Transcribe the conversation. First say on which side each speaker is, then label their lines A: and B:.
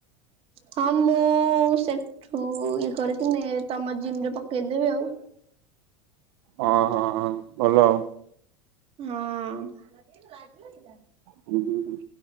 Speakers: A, on the right; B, on the right.
A: ହଁ ମୁଁ ସେଠୁ ଇଏ କରିକିନି ତମ ଜିମ୍ ରେ ପକେଇଦେବି ଆଉ।
B: ହଁ, ହଁ, ହ ଭଲ ଆଉ।
A: ହୁଁ।
B: ହୁଁ, ହୁଁ।